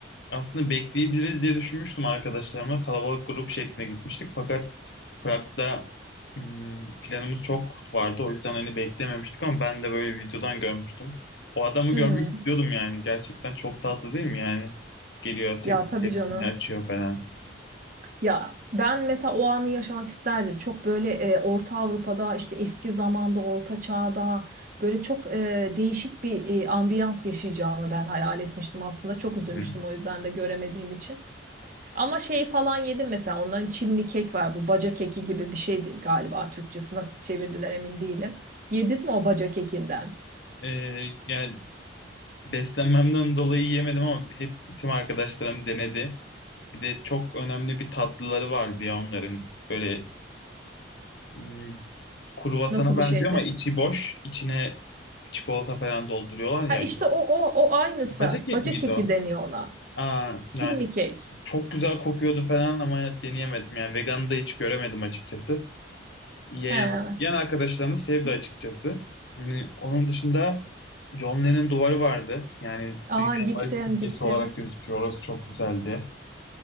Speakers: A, on the left (about 60°); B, on the right (about 45°).
A: aslında bekleyebiliriz diye düşünmüştüm arkadaşlarımla. Kalabalık grup şeklinde gitmiştik. Fakat Prag'da hmm, planımız çok vardı. O yüzden hani beklememiştik ama ben de böyle videodan görmüştüm. O adamı
B: Hmm.
A: görmek istiyordum yani. Gerçekten çok tatlı değil mi? Yani geliyor tek
B: Ya tabii
A: hepsini
B: canım.
A: açıyor falan.
B: Ya ben mesela o anı yaşamak isterdim. Çok böyle e, Orta Avrupa'da işte eski zamanda Orta Çağ'da böyle çok e, değişik bir e, ambiyans yaşayacağımı ben hayal etmiştim aslında. Çok
A: Hı
B: üzülmüştüm
A: hı.
B: o yüzden de göremediğim için. Ama şeyi falan yedim mesela onların çimli kek var bu baca keki gibi bir şeydi galiba Türkçesi nasıl çevirdiler emin değilim. Yedin mi o baca kekinden?
A: Ee, yani Beslenmemden dolayı yiyemedim ama hep tüm arkadaşlarım denedi. Bir de çok önemli bir tatlıları vardı ya onların. Böyle hmm, kruvasana
B: Nasıl
A: benziyor
B: bir şeydi?
A: ama içi boş. İçine çikolata falan dolduruyorlar
B: Ha
A: ya.
B: işte o o o aynısı.
A: Acı kek
B: Baca
A: miydi
B: keki
A: o?
B: deniyor ona.
A: Aa,
B: Çimli
A: yani
B: kek.
A: çok güzel kokuyordu falan ama deneyemedim. Yani veganı da hiç göremedim açıkçası. Yeğen,
B: He. evet.
A: yeğen arkadaşlarımı sevdi açıkçası. Yani onun dışında John Lennon duvarı vardı. Yani dünya
B: Aa gittim
A: barış simgesi
B: gittim.
A: olarak gözüküyor. Orası çok güzeldi.